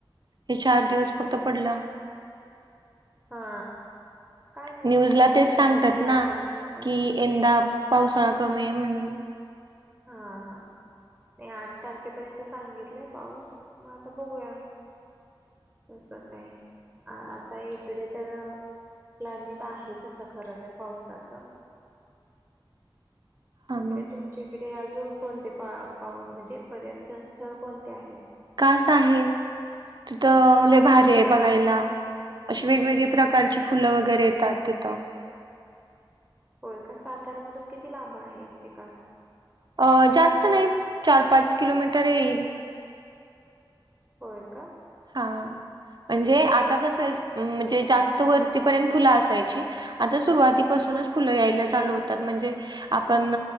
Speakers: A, on the right; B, in the centre.
A: हे चार दिवस फक्त पडला.
B: हा काय माहिती
A: न्यूजला
B: आणखीन
A: तेच
B: आता
A: सांगतात
B: काय क्लायमेट
A: ना
B: नुसार.
A: कि यंदा पावसाळा कमी आहे म्हणून.
B: हा हां नाही आठ तारखेपर्यंत सांगितलाय पाऊस मग आता बघूया. कसं काय आता इकडे तर क्लायमेट आहे तसं खर तर पावसाच.
A: हा
B: तिकडे
A: ना
B: तुमच्याकडे अजून कोणते पा पाऊ म्हणजे पर्यटन स्थळ कोणते आहेत?
A: कास आहे तिथ
B: कासवर
A: लय भारी आहे
B: का
A: बघायला. अशी वेगवेगळे प्रकारची फुल वगैरे येतात तिथ.
B: होय का सातार मधून किती लांब आहे ते कास
A: अ जास्त नाही चार पाच किलोमीटर येईल.
B: होय का.
A: हा म्हणजे आता कसंय म्हणजे जास्त वरतीपर्यंत फुल असायची. आता सुरुवातीपासूनच
B: हम्म
A: फुल यायला चालू होतात म्हणजे आपण